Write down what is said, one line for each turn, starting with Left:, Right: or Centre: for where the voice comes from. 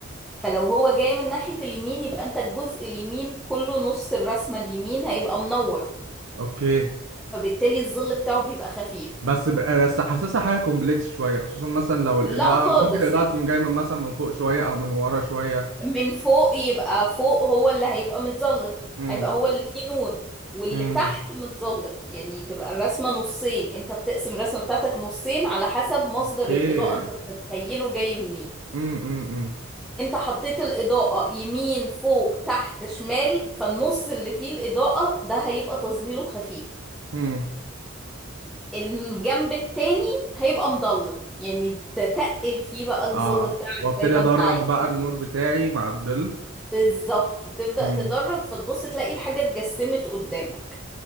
Centre: فلو هو جاي من ناحية اليمين يبقى انت الجزء اليمين كله نص الرسمة اليمين هيبقى منور
Right: اوكي
Centre: فبالتالي الظل بتاعه بيبقى خفيف
Right: بس ب- بس حاسسها حاجة كومبلكس شوية خصوصا مثلا لو الإضاءة
Centre: لا خالص
Right: ممكن الإضاءة تكون جاية من مثلا من فوق شوية او من ورا شوية
Centre: من فوق يبقى فوق هو اللي هيبقى متظلل
Right: هم
Centre: هيبقى هو اللي فيه نور واللي
Right: هم
Centre: تحت متظلل يعني تبقى الرسمة نصين انت بتقسم الرسمة بتاعتك نصين على حسب مصدر
Right: اوكي
Centre: الإضاءة انت بتتخيله جاي منين
Right: هم هم
Centre: انت حطيت الإضاءة يمين فوق تحت شمال فالنص اللي فيه الإضاءة ده هيبقى تظليله خفيف
Right: هم
Centre: الجنب التاني هيبقى مضلم يعني تتقل فيه بقى الظل
Right: اه
Centre: بتاعك
Right: وابتدي
Centre: زي ما
Right: ادرج
Centre: انت عايز
Right: بقى النور بتاعي مع الظل
Centre: بالظبط تبدأ
Right: امم
Centre: تدرج فتبص تلاقي الحاجة اتجسمت قدامك